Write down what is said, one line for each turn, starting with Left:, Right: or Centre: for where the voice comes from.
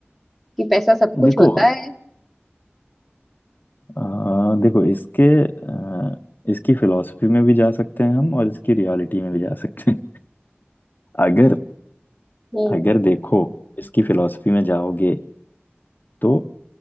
Centre: कि पैसा सब कुछ
Left: देखो
Centre: होता है
Left: अ, देखो इसके अ, इसकी फिलॉसफी में भी जा सकते हैं हम और इसकी रियलिटी में भी जा सकते हैं <laughs> अगर
Centre: हम्म
Left: अगर देखो इसकी फिलॉसफी में जाओगे तो